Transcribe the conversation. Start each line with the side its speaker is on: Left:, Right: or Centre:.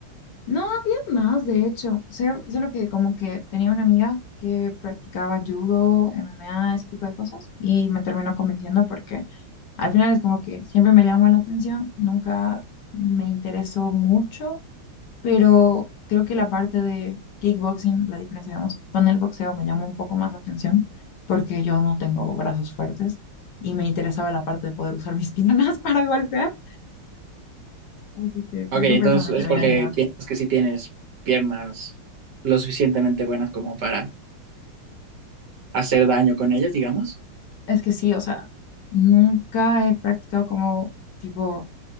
Left: No, había más, de hecho. O sea, solo que como que tenía una amiga que practicaba judo, MMA, ese tipo de cosas, y me terminó convenciendo porque al final es como que siempre me llamó la atención, nunca me interesó mucho, pero creo que la parte de kickboxing, la diferencia, digamos, con el boxeo me llamó un poco más la atención porque yo no tengo brazos fuertes y me interesaba la parte de poder usar mis <laughs> piernas para golpear. Así que
Right: Ok,
Left: creo
Right: entonces
Left: que por eso me termina
Right: es porque
Left: animando.
Right: piensas que sí tienes piernas lo suficientemente buenas como para hacer daño con ellas, digamos.
Left: Es que sí, o sea, nunca he practicado como tipo